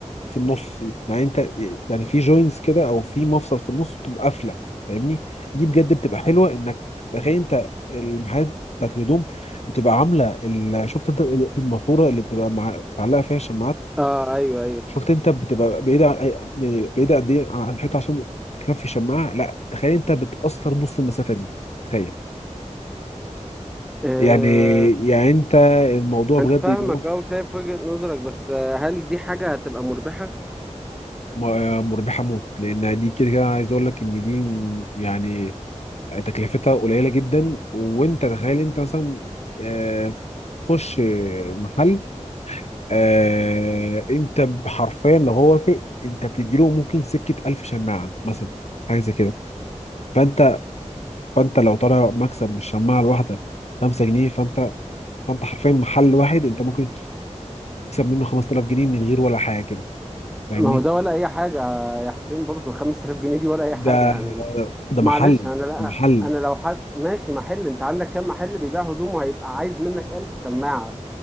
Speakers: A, on the left; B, in the centre.
A: في النص يعني انت يعني في جوينتس كده او في مفصل في النص بتبقى قافله فاهمني دي بجد بتبقى حلوه انك تخيل انت المحلات بتاعت الهدوم بتبقى عامله ال- شفت انت الماسوره اللي بتبقى مع- معلقه فيها الشماعات
B: اه ايوه ايوه
A: شفت انت بتبقى بعيدة عن- يعني بعيدة قد ايه عن الحيطة عشان تكفي الشماعة لا تخيل انت بتأثر نص المسافة دي تخيل
B: آه،
A: يعني يعني انت الموضوع بجد
B: انا فاهمك
A: يقف
B: اه وشايف وجهة نظرك بس آه، هل دي حاجة هتبقى مربحة؟
A: م- مربحة موت لان دي كده كده عايز اقول لك ان دي م- يعني تكلفتها قليلة جدا وانت تخيل انت مثلا آه، تخش محل آه، انت حرفيا لو هو وافق انت بتديله ممكن سكة 1000 شماعة مثلا حاجة زي كده فانت فانت لو طالع مكسب من الشماعه الواحده 5 جنيه فانت فانت حرفيا محل واحد انت ممكن تكسب منه 5000 جنيه من غير ولا حاجه كده فاهمني
B: ما هو ده ولا اي حاجة يا حسين برضو 5000 جنيه دي ولا اي حاجة
A: ده
B: يعني
A: ده
B: معلش
A: محل
B: انا لا
A: ده محل
B: انا لو حد ماشي محل انت عندك كام محل بيبيع هدوم وهيبقى عايز منك 1000 شماعة